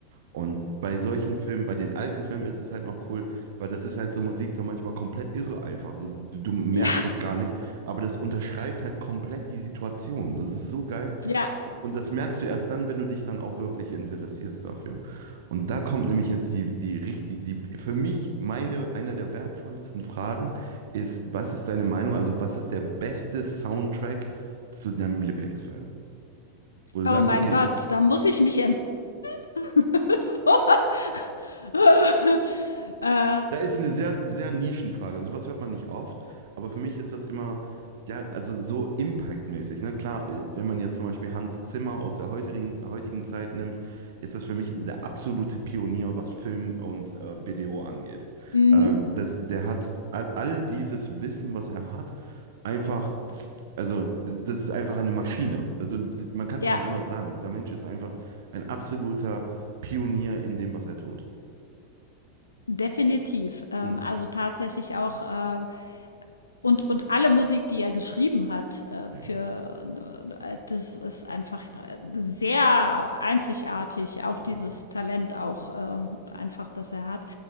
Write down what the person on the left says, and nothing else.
Ja.
Ja.
Oh
mein
Gott, da muss ich mich ent <laughs> so. <laughs> äh,
mhm.
Ja,
definitiv. Ähm,
also tatsächlich auch äh, Und, und alle Musik, die er geschrieben hat, äh,
für äh, das ist einfach äh, sehr einzigartig, auch
dieses Talent auch äh, einfach, das er hat.